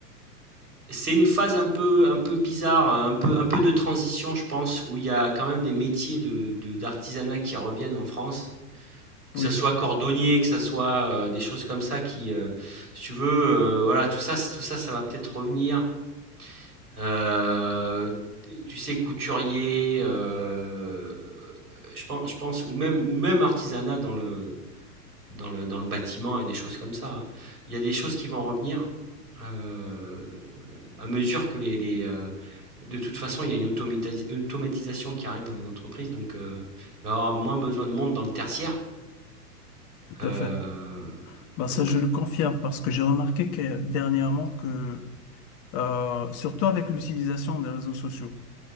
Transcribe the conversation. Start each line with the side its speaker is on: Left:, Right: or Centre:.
Right: C'est une phase un peu un peu bizarre, un peu un peu de transition, je pense, où il y a quand même des métiers de de d'artisanat qui reviennent en France. Que
Left: Oui,
Right: ça soit cordonnier, que ça soit, heu, des choses comme ça qui, heu, si tu veux, heu, voilà, tout ça tout ça, ça va peut-être revenir. Heu, tu sais, couturier, heu, je pense, je pense ou même ou même artisanat dans le dans le, dans le bâtiment et des choses comme ça. hein. Il y a des choses qui vont revenir euh, à mesure que les, les, euh, de toute façon, il y a une automata- une automatisation qui arrive dans les entreprises, donc euh, il va y avoir moins besoin de monde dans le tertiaire.
Left: tout
Right: Euh,
Left: à fait. Ben ça,
Right: donc,
Left: je le confirme parce que j'ai remarqué que dernièrement que, euh, surtout avec l'utilisation des réseaux sociaux,